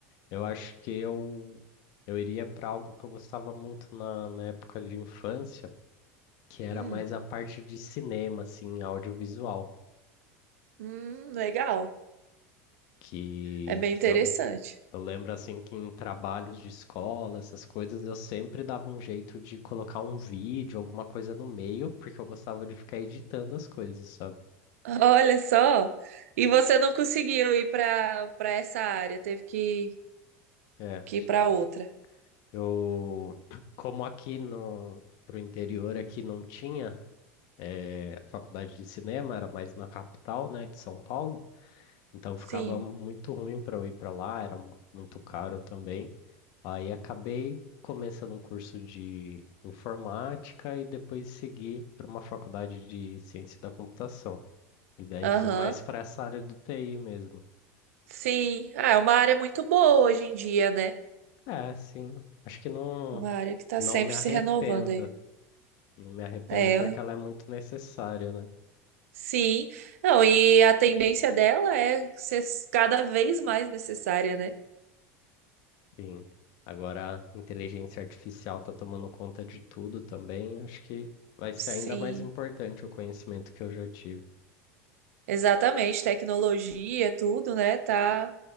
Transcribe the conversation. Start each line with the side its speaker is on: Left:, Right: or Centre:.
Left: eu acho que eu, eu iria para algo que eu gostava muito na, na época de infância. que era
Right: Hum,
Left: mais a parte de cinema, assim, audiovisual,
Right: hum, legal.
Left: que
Right: É bem interessante.
Left: eu, eu lembro, assim, que em trabalhos de escola, essas coisas, eu sempre dava um jeito de colocar um vídeo, alguma coisa no meio, porque eu gostava de ficar editando as coisas, sabe?
Right: Olha só. E você não conseguiu ir para para essa área, teve que,
Left: É,
Right: que
Left: tipo,
Right: ir para outra.
Left: eu, <clears throat> como aqui no... Pro interior aqui não tinha é, faculdade de cinema, era mais na capital, né, de São Paulo, então
Right: Sim.
Left: ficava muito ruim para eu ir para lá, era mu- muito caro também. Aí acabei começando um curso de informática e depois segui para uma faculdade de ciência da computação. E daí
Right: Aham.
Left: fui mais para essa área do TI mesmo.
Right: Sim. Ah, é uma área muito boa hoje em dia, né?
Left: É, sim, acho que não,
Right: Uma área que está
Left: não
Right: sempre
Left: me
Right: se
Left: arrependo.
Right: renovando aí.
Left: Não me arrependo
Right: É.
Left: porque ela é muito necessária, né?
Right: Sim. Não, e a tendência dela é ser cada vez mais necessária, né?
Left: Sim. Agora a inteligência artificial está tomando conta de tudo também. Acho que vai ser
Right: Sim.
Left: ainda mais importante o conhecimento que eu já tive.
Right: Exatamente. Tecnologia, tudo, né? Tá